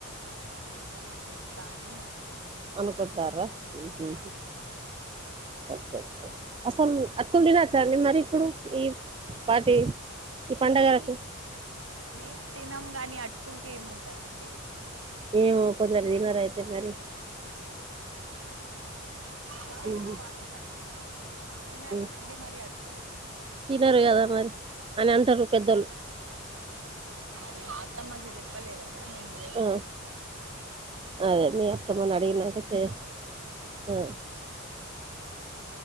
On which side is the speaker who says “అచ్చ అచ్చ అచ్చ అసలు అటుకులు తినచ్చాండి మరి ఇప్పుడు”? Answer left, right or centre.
Right